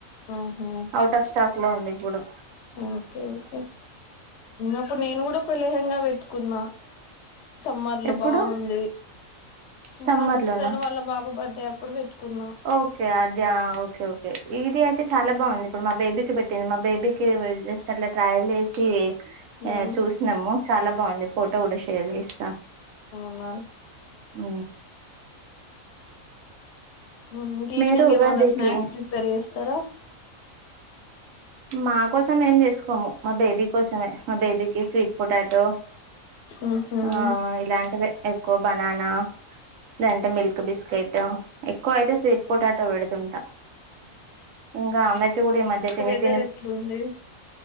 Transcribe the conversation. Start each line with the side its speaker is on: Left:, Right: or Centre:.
Left: ఆహా
Right: అఔట్ ఆఫ్ స్టాక్ అట్లా ఉంది ఇప్పుడు
Left: ఓకే ఓకే అప్పుడు నేను కూడా ఒక లేహంగా పెట్టుకున్నా సమ్మర్లు
Right: ఎప్పుడు
Left: బాగుంది
Right: సమ్మర్
Left: మా సిస్టర్
Right: లోనా
Left: వాళ్ళ బాబు బర్త్డే అప్పుడు పెట్టుకున్నా
Right: ఓకే అద ఓకే ఓకే ఇది అ చాలా బాగుంది ఇప్పుడు మా బేబీకి పెట్టింది మా బేబీకి జస్ట్ అట్లా ట్రయల్ వసి
Left: హ్మ్
Right: చూసినము చాలా బాగుంది ఫోటో కూడా షేర్ చేసినా
Left: అవునా
Right: ఉ
Left: ఉమ్ ఐంకా
Right: మీరు
Left: ఈవెనింగ్
Right: ఉగాదికి
Left: ఏమన్నా స్నాక్స్ ప్రిపేర్ చ్చర
Right: మా కోసం ఏం చేసుకోము మా బేబీ కోసమే మా బేబీకి స్వీట్ పొటాటో
Left: ఉహు ఉహు
Right: ఆ ఇలాంటివి ఎక్కువ బనానా ఏంటే మిల్క్ బిస్కెట్ ఎక్కువ అయితే స్వీట్ పొటాటో పెడుతుంటా ఇంకా అమ్మెకి కూడా ఈ మధ్య తినే
Left: ఇద్దరు ఎట్లుంది